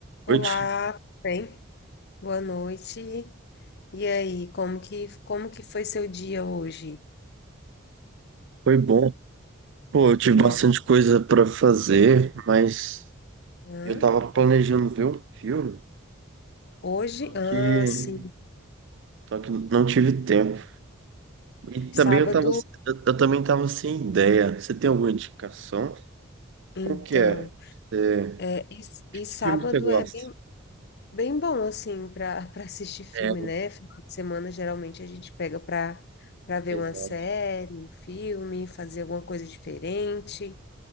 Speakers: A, on the left; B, on the right.
A: Olá,
B: noite
A: tudo bem? Boa noite. E aí, como que como que foi seu dia hoje?
B: foi bom. Pô, eu tive
A: Foi
B: bastante coisa pra fazer, mas
A: hã?
B: eu tava planejando ver um filme,
A: Hoje?
B: só
A: Ah,
B: que,
A: sim.
B: só que não tive tempo. E também
A: Sábado,
B: eu tava, eu, eu também tava sem ideia. Você tem alguma indicação?
A: então.
B: Qual que é? Você-
A: É, e, e sábado
B: que filme que você gosta?
A: é bem, bem bom assim para para <laughs> assistir filme,
B: É,
A: né? Final de semana geralmente a gente pega para para ver
B: exato.
A: uma série, um filme, fazer alguma coisa diferente.